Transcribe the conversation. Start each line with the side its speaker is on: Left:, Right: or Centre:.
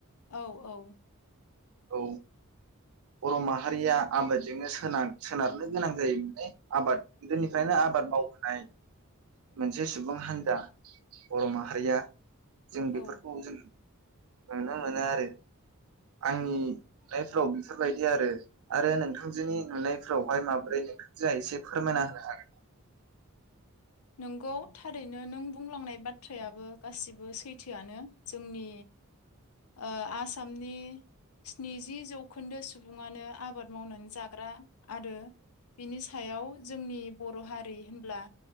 Left: औ औ
Right: औ बर' माहारिया आबादजोंनो होनाय सोनार-सोनारनो गोनां जायोमोने आबाद गोदोनिफ्रायनो आबाद मावबोनाय मोनसे सुबुं हान्जा बर' माहारिया जों बेफोरखौ
Left: औ
Right: जों नुनो मोनो आरो आंनि नुनायफोराव बेफोरबायदि आरो आरो नोंथांजोनि नुनायफोरावहाय माबोरै नोंथांजोआ एसे फोरमायना होनो हागोनना?
Left: नोंगौ थारैनो नों बुंलांनाय बाथ्रायाबो गासिबो सैथोआनो । जोंनि ओ आसामनि स्निजि जौखोन्दो सुबुङानो आबाद मावनानै जाग्रा आरो बिनि सा याव जोंनि बर' हारि होनब्ला